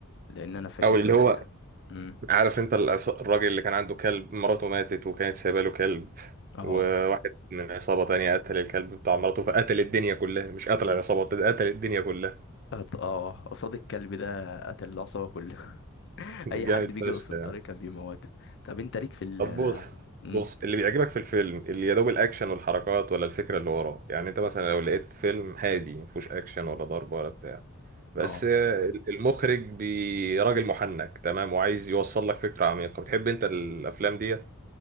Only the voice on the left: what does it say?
لان انا فاكر
امم
اه
أت- اه قصاد الكلب ده قتل العصابه كلها <laughs>
اي
حد بيجي
يقف في الطريق
كان بيموته طب انت ليك في ال
مم.
اه